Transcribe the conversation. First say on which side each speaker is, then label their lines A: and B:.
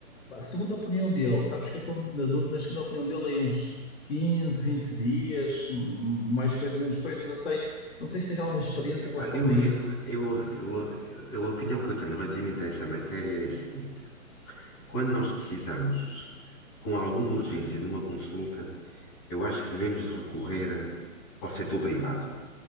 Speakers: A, on the left; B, on the left.
A: Pá, Segundo a opinião dele, sabes que eu estou muito na dúvida, mas segundo a opinião dele, aí uns 15 20 dias, m- mais coisa, menos coisa, não sei, não sei se tens alguma experiência
B: Epá,
A: em relação
B: eu,
A: a isso.
B: eu, eu, eu, eu- a opinião que eu tenho relativamente a essa matéria é a seguinte: quando nós precisamos, com alguma urgência, de uma consulta, eu acho que devemos de recorrer ao setor privado,